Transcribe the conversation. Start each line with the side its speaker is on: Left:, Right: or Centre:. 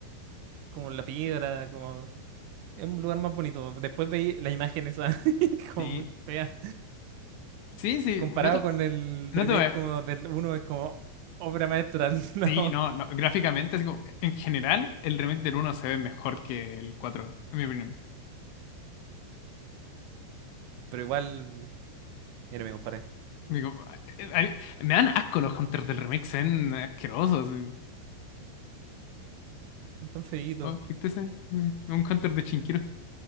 Right: como la piedra, como es un lugar más bonito. Después veí las imágenes esa <laughs> como
Left: sí,
Right: muy fea.
Left: sí, sí,
Right: Comparado
Left: no te,
Right: con el
Left: no
Right: remake
Left: te voy a-
Right: como del uno es como obra maestra, <laughs> no.
Left: Sí, no, no, gráficamente, así como, en general, el remake del uno se ve mejor que el cuatro en mi opinión.
Right: Pero igual, mira, me comparé.
Left: Digo, a- a me dan asco los hunters del remake, se ven asquerosos. sí.
Right: Son tan feitos.
Left: Oh, ¿viste ese? Mm, Un hunter de Chinquiro.